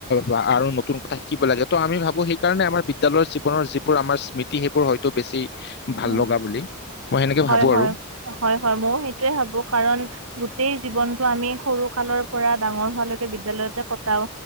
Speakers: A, on the left; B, on the right.
A: বা আৰু নতুন কথা শিকিব লাগে ত' আমি ভাবো সেইকাৰণে আমাৰ বিদ্যালয়ৰ জীৱনৰ যিবোৰ আমাৰ স্মৃতি সেইবোৰ হয়তো বেছি ভাল
B: উম
A: লগা বুলি মই সেনেকে
B: হয়
A: ভাবো
B: হয়
A: আৰু
B: হয় হয় ময়ো সেইটোয়ে ভাবোঁ কাৰণ গোটেই জীৱন আমি সৰুকালৰ পৰা ডাঙৰ হোৱালৈকে বিদ্যালয়তে কটাও